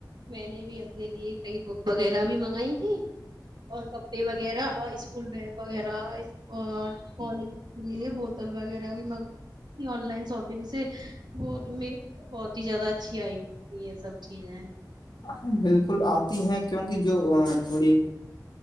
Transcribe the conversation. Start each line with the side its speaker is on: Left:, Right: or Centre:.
Right: میں نے بھی اپنے لیے کئی بک وغیرہ بھی منگائی تھی اور کپڑے وغیرہ اسکول بگ وغیرہ <inaudible> اور پالج یہ بہت وغیرہ بھی منگ آن لائن شاپنگ سے وہ بہ زیاد اچھی آئی یہ سب چیز ہیں
Left: ہ بالکل آتی ہیں کیوںک جو تھوڑی